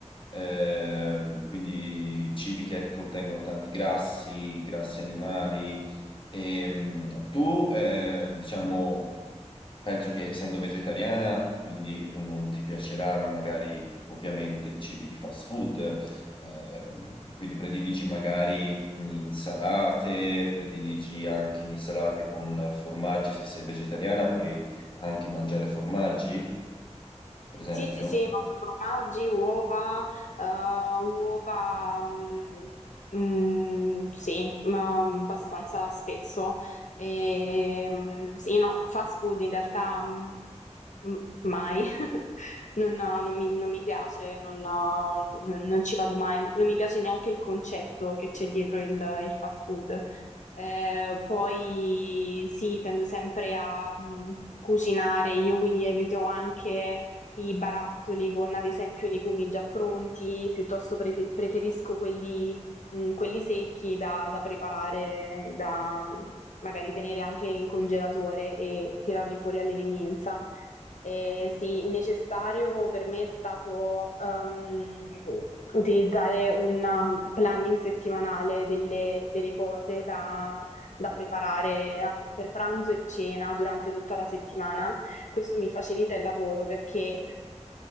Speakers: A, on the left; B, on the left.
A: eh, quindi cibi che contengono tanti grassi, grassi animali. E, mh, tu, eh, diciamo, penso che essendo vegetariana, quindi non ti piacerà magari ovviamente cibi di fast food, ehm, quindi prediligi magari insalate, prediligi anche insalate con formaggi, se sei vegetariana puoi anche mangiare formaggi, per esempio.
B: Sì, sì, sì, mangio formaggi, uova, eh, uova, mm, mm, sì, ma abbastanza spesso. E, mm, sì, no, fast food in realtà mm, mm, mai, <laughs> non, non mi, non mi piace, non, non ci vado mai, non mi piace neanche il concetto che c'è dietro il, il fast food. Eh, poi sì, tendo sempre a mm, cucinare, io quindi evito anche i barattoli con ad esempio i legumi già pronti, piuttosto prefe- preferisco quelli, mh, quelli secchi da, da preparare, da mh, magari tenere anche in congelatore e tirarli fuori all'evenienza. Eh, sì, necessario per me è stato ehm, utilizzare un planning settimanale delle, delle cose da, da preparare a- per pranzo e cena durante tutta la settimana. Questo mi facilita il lavoro perché